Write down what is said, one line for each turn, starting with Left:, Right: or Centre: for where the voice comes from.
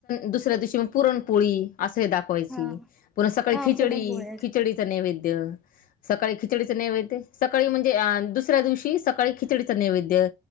Left: दुसऱ्या दिवशी पुरणपोळी असे दाव. ावायची
Centre: हा
Left: पुन्हा सकाळी
Centre: हा
Left: खिचडी
Centre: पुरणपोळी
Left: खिचडीच नैवेद्य. सकाळी खिचडीचं नैवेद्य सकाळी म्हणजे अ दुसऱ्या दिवशी सकाळी खिचडीचं नैवेद्य.